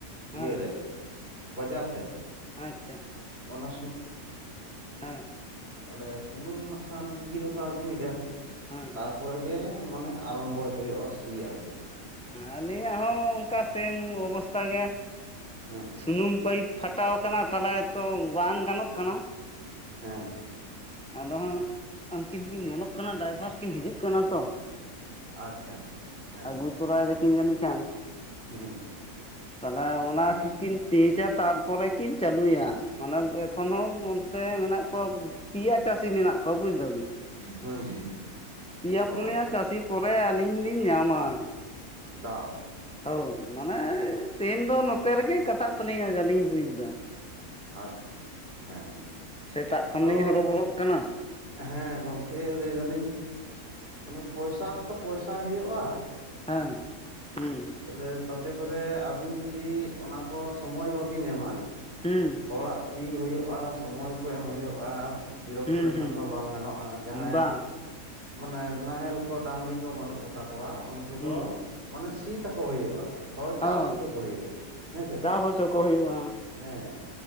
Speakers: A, in the centre; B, on the right.
A: ᱦᱮᱸ
B: ᱤᱭᱟᱹᱨᱮ ᱵᱟᱡᱟᱨ ᱥᱮᱫ᱾
A: ᱟᱪᱪᱷᱟ,
B: ᱚᱱᱟ
A: ᱦᱮᱸ
B: ᱛᱟᱦᱚᱞᱮ ᱥᱩᱱᱩᱢ ᱦᱟᱸᱜ ᱠᱷᱟᱱ ᱛᱤᱨᱮᱠᱚ ᱟᱹᱜᱩᱭᱫᱟ ᱾
A: ᱦᱮᱸ
B: ᱛᱟᱨᱯᱚᱨᱮ ᱜᱮ ᱢᱟᱱᱮ ᱟᱨᱟᱢᱵᱚᱭ ᱦᱩᱭᱩᱜᱼᱟ ᱥᱤ ᱟᱨᱠᱤ ᱾
A: ᱟᱹᱞᱤᱧᱟᱜ ᱦᱚᱸ ᱚᱱᱠᱟ ᱥᱮᱢ ᱚᱵᱚᱥᱛᱷᱟ ᱜᱮ
B: ᱦᱮᱸ
A: ᱥᱩᱱᱩᱢ ᱯᱟᱹᱭᱤᱯ ᱯᱷᱟᱴᱟᱣ ᱠᱟᱱᱟ ᱛᱟᱦᱚᱞᱮ ᱛᱚ ᱵᱟᱝ ᱜᱟᱱᱚᱜ ᱠᱟᱱᱟ᱾
B: ᱦᱮᱸ
A: ᱟᱫᱚ ᱩᱱᱠᱤᱱ ᱠᱤᱱ ᱧᱮᱞᱚᱜ ᱠᱟᱱᱟ ᱰᱟᱭᱵᱷᱟᱨ ᱠᱤᱱ ᱦᱤᱡᱩᱜ ᱠᱟᱱᱟ ᱛᱚ᱾
B: ᱟᱪᱪᱷᱟ ᱟᱪᱪᱷᱟ ᱦᱮᱸ
A: ᱟᱹᱜᱩ ᱛᱚᱨᱟᱭ ᱫᱟᱠᱤᱱ ᱡᱟᱹᱱᱤᱡ ᱠᱷᱟᱱ
B: ᱦᱩᱸ
A: ᱛᱟᱦᱚᱞᱮ ᱚᱱᱟ
B: ᱦᱮᱸ
A: ᱠᱚ ᱠᱤᱱ ᱪᱮᱡᱟ ᱛᱟᱨᱯᱚᱨᱮ ᱠᱤᱱ ᱪᱟᱹᱞᱩᱭᱟ᱾ ᱢᱟᱱᱮ ᱮᱠᱷᱚᱱ ᱦᱚᱸ ᱚᱱᱛᱮ ᱢᱮᱱᱟᱜ ᱠᱚᱣᱟ ᱯᱮᱭᱟ ᱪᱟᱹᱥᱤ ᱢᱮᱱᱟᱜ ᱠᱚᱣᱟ ᱵᱩᱡᱽ ᱫᱟᱹ ᱵᱤᱱ᱾
B: ᱦᱩᱸ ᱦᱩᱸ
A: ᱯᱮᱭᱟ
B: ᱚ
A: ᱯᱩᱱᱭᱟ ᱪᱟᱹᱥᱤ ᱯᱚᱨᱮ ᱟᱹᱞᱤᱧ ᱞᱤᱧ ᱧᱟᱢ ᱟ᱾
B: ᱫᱟᱣ
A: ᱦᱳ ᱢᱟᱱᱮ ᱛᱮᱦᱮᱧ ᱫᱚ ᱱᱚᱛᱮ ᱨᱮᱜᱮ ᱠᱟᱴᱟᱜ ᱛᱟᱹᱞᱤᱧᱟ ᱡᱟᱞᱤᱧ ᱵᱩᱡ ᱮᱫᱟ᱾
B: ᱟᱪᱪᱷᱟ ᱦᱮᱸ
A: ᱥᱮᱛᱟᱜ ᱠᱷᱚᱱ
B: ᱟᱫᱚ
A: ᱞᱤᱧ ᱦᱚᱨᱚ ᱵᱚᱨᱚᱜ ᱠᱟᱱᱟ᱾
B: ᱦᱮᱸ ᱜᱚᱝᱠᱮ ᱞᱟᱹᱭ ᱫᱟᱞᱤᱧ ᱢᱟᱱᱮ ᱯᱚᱭᱥᱟ ᱦᱚᱸᱛᱚ ᱯᱚᱭᱥᱟ ᱦᱩᱭᱩᱜ-ᱟ᱾
A: ᱦᱮᱸ ᱦᱩᱸ
B: ᱛᱟᱦᱚᱞᱮ ᱛᱟᱛᱮ ᱠᱚ ᱨᱮ ᱟᱹᱵᱤᱱ ᱡᱩᱫᱤ ᱚᱱᱟ ᱠᱚ ᱥᱚᱢᱚᱭ ᱵᱟᱹᱵᱤᱱ ᱮᱢᱟ᱾
A: ᱦᱩᱸ
B: ᱦᱚᱲᱟᱜ ᱥᱤ ᱦᱩᱭᱩᱜ-ᱟ ᱥᱚᱢᱚᱭ ᱠᱚ ᱮᱢ ᱦᱩᱭᱩᱜ-ᱟ ᱵᱤᱨᱚᱠᱛᱚ
A: ᱦᱩᱸ
B: ᱞᱮᱠᱷᱟᱱ
A: ᱦᱩᱸ
B: ᱫᱚ ᱵᱟᱝ ᱜᱟᱱᱚᱜ-ᱟ ᱡᱟᱦᱟᱸᱭᱟᱜ
A: ᱵᱟᱝ
B: ᱢᱟᱱᱮ ᱱᱟᱦᱮᱞ ᱠᱚ ᱰᱟᱝᱨᱤ ᱠᱚ ᱵᱟᱹᱱᱩᱜ ᱠᱚ ᱛᱟᱠᱚᱣᱟ ᱩᱱᱠᱩ
A: ᱦᱩᱸ
B: ᱫᱚ ᱢᱟᱱᱮ ᱥᱤ ᱛᱟᱠᱚ ᱦᱩᱭᱩᱜ-ᱟ ᱦᱚᱲ
A: ᱦᱳᱭ
B: ᱪᱟᱥ ᱦᱚᱪᱚ ᱠᱚ ᱦᱩᱭᱩᱜ-ᱟ ᱦᱮᱸ ᱥᱮ
A: ᱪᱟᱥ ᱦᱚᱪᱚ ᱠᱚ ᱦᱩᱭᱩᱜᱼᱟ
B: ᱦᱮᱸ